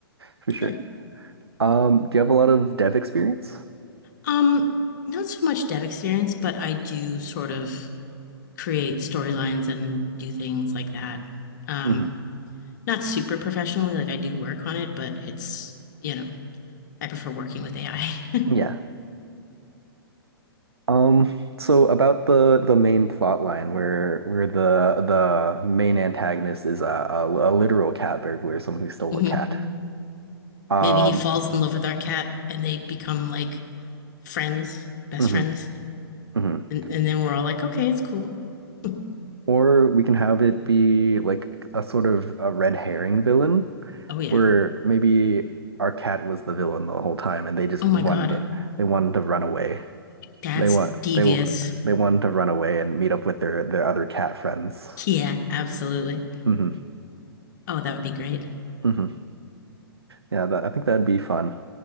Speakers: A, on the right; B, on the left.
A: for sure.
B: Yeah.
A: Um, do you have a lot of dev experience?
B: Um, not so much dev experience, but I do sort of create storylines and do things like that. Um,
A: hmm
B: not super professionally, like I do work on it, but it's you know, I prefer working with AI. hmm
A: Yeah. Um, so about the the main plot line where where the the main antagonist is a, a, a literal cat burglar, someone who stole
B: <laughs>
A: a cat. Um,
B: Maybe he falls in love with our cat and they become like friends, best
A: mhm,
B: friends.
A: mhm.
B: And, and then we're all like, okay, it's cool. <laughs>
A: Or we can have it be like a sort of a red herring villain.
B: oh, yeah.
A: where maybe our cat was the villain the whole time and they just
B: Oh
A: wanted
B: my God.
A: to, they wanted to run away.
B: That's
A: They want
B: devious.
A: they wa- they wanted to run away and meet up with their their other cat friends.
B: Yeah, absolutely.
A: hmm
B: Oh, that would be great.
A: hmm Yeah, that, I think that'd be fun.